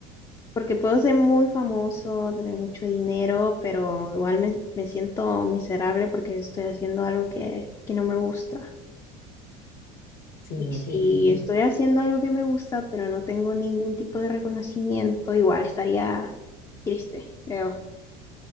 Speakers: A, on the left; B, on the left.
A: porque puedo ser muy famoso, tener mucho dinero, pero igual me, me siento miserable porque estoy haciendo algo que, que no me gusta.
B: Sí,
A: Y
B: no,
A: si
B: qué difícil.
A: estoy haciendo algo que me gusta, pero no tengo ningún tipo de reconocimiento, igual estaría triste, creo.